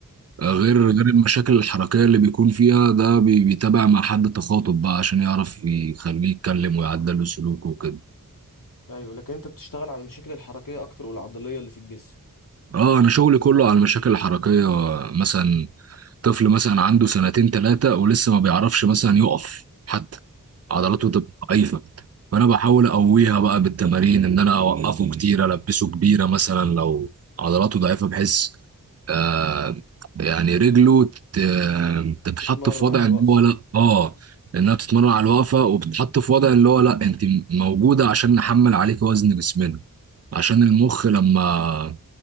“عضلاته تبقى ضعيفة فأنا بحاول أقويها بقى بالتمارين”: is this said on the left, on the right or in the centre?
Right